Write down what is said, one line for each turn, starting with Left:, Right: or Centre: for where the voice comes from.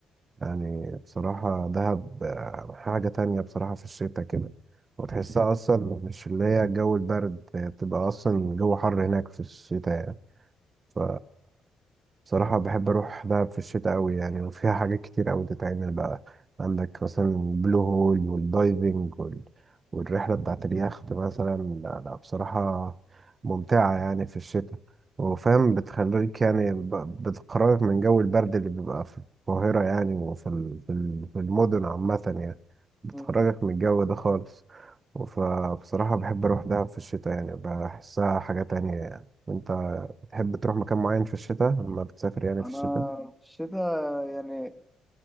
Right: يعني بصراحة دهب آه، حاجة تانية بصراحة في الشتاء كده وتحسها اصلا مش اللي هي الجو البرد آه، بتبقى اصلا الجو حر هناك في الشتاء يعني. ف بصراحة بحب أروح دهب في الشتاء أوي يعني وفيها حاجات كتير أوي تتعمل بقى عندك مثلا البلو هول والدايفنج وال... والرحلة بتاعت اليخت مثلا لا لا بصراحة ممتعة يعني في الشتاء وفاهم بتخليك يعني ب... بتخرجك من جو البرد اللي بيبقى في القاهرة يعني وفي ال... في ال- في المدن عامة يعني بتخرجك
Centre: مم.
Right: من الجو ده خالص فبصراحة بحب أروح دهب في الشتاء يعني بحسها حاجة تانية يعني وأنت تحب تروح مكان معين في الشتاء لما بتسافر يعني
Centre: انا
Right: في الشتاء
Centre: في الشتاء يعني